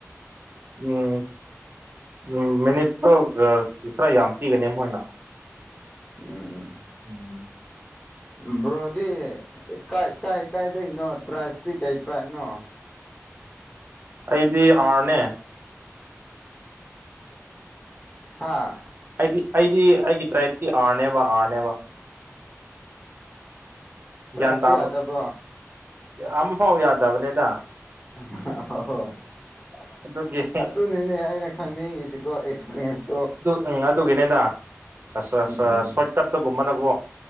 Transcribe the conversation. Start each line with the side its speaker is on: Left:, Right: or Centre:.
Right: ꯎꯝ ꯎꯝ ꯃꯤꯅꯤꯠꯇꯣ ꯑ ꯈꯔ ꯌꯥꯝ ꯄꯤꯒꯅꯤ ꯃꯣꯏꯅ
Left: ꯎꯝ ꯎꯝ
Right: ꯎꯝ
Left: ꯕ꯭ꯔꯣꯗꯤ ꯀꯥꯏ ꯀꯥꯏ ꯀꯥꯢꯗꯒꯤꯅꯣ ꯇ꯭ꯔꯥꯏꯞꯇꯤ ꯀꯩ ꯇ꯭ꯔꯥꯏꯞꯅꯣ
Right: ꯑꯩꯗꯤ ꯑꯥꯔꯅꯦ
Left: ꯍꯥꯥ
Right: ꯑꯩꯗꯤ ꯑꯩꯗꯤ ꯑꯩꯒꯤ ꯇ꯭ꯔꯥꯏꯞꯇꯥ ꯑꯥꯔꯅꯦꯕ ꯑꯥꯔꯅꯦꯕ
Left: ꯇ꯭ꯔꯥꯏꯞꯁꯨ
Right: ꯒ꯭ꯌꯥꯟ ꯇꯥꯕ꯭ꯔ‌ꯣ
Left: ꯌꯥꯗꯕ꯭ꯔꯣ
Right: ꯑꯃꯐꯥꯎ ꯌꯥꯗꯕꯅꯦꯗ
Left: ꯑꯍ ꯍꯣꯍꯣ ꯑꯁ
Right: ꯑꯗꯨꯒꯤ
Left: ꯑꯗꯨꯅꯤꯅꯦ ꯑꯩꯅ ꯈꯪꯅꯤꯡꯉꯤꯁꯤꯀꯣ ꯑꯦꯛꯁꯄꯔꯤꯌꯦꯟꯁꯇꯣ
Right: ꯎꯝ ꯑꯗꯨꯒꯤꯅꯦꯗ ꯑꯁꯥ
Left: ꯎꯝ
Right: ꯁꯥ ꯁ‌ꯣꯔꯠ ꯀꯠ ꯇꯒꯨꯝꯅꯗꯀꯣ